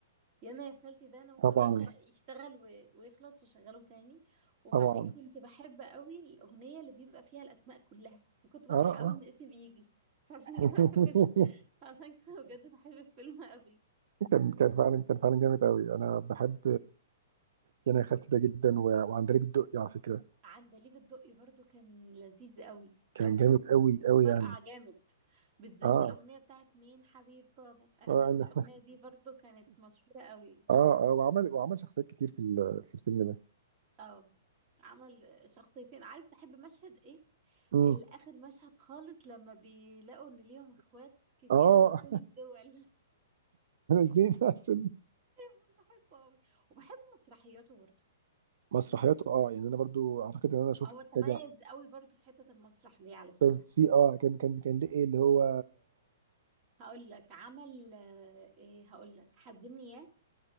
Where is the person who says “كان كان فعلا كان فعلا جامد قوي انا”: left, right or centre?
Right